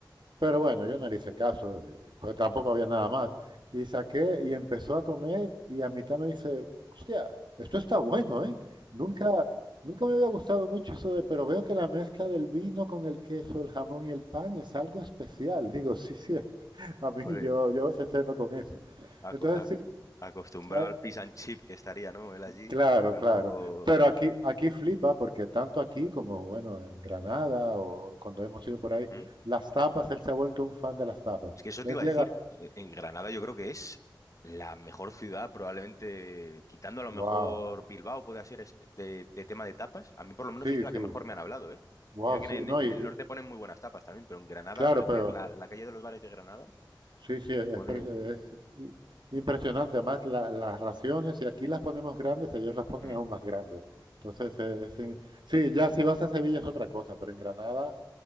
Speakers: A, on the right; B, on the left.
A: Pero bueno, yo no le hice caso, eh, pues tampoco había nada más. Y saqué y empezó a comer y a mitad me dice, hostia, esto está bueno, ¿eh? Nunca, nunca me había gustado mucho eso de, pero veo que la mezcla del vino con el queso, el jamón y el pan es algo especial. <laughs> Digo, sí, sí, <laughs> a mí
B: Hombre,
A: yo, yo a veces ceno con eso.
B: aco-
A: Entonces
B: a-
A: sí,
B: acostumbrado
A: hay,
B: al fish and chip que estaría, ¿no? Él allí,
A: Claro,
B: tampoco...
A: claro. Pero aquí, aquí flipa porque tanto aquí como, bueno, en Granada o cuando hemos ido por ahí,
B: ¿Mm?
A: las tapas, él se ha vuelto un fan de las tapas.
B: Es que eso
A: Él
B: te iba
A: llega,
B: a decir. Eh, En Granada yo creo que es la mejor ciudad, probablemente, quitando a lo mejor
A: wow,
B: Bilbao, puede ser es- de, de tema de tapas. A mí por lo menos
A: sí,
B: es de la
A: sí,
B: que mejor me han hablado, ¿eh?
A: wow,
B: Mira que
A: sí.
B: en,
A: No,
B: en
A: y, y-
B: el norte ponen muy buenas tapas también, pero en Granada,
A: claro,
B: al parecer,
A: pero
B: la, la calle de los bares de Granada
A: sí, sí, es,
B: pone...
A: pre- es i- impresionante. Además, la- las raciones, y aquí las ponemos grandes, ellos las ponen
B: mm,
A: aún más grandes. Entonces, eh, sí, sí, ya si vas a Sevilla es otra cosa, pero en Granada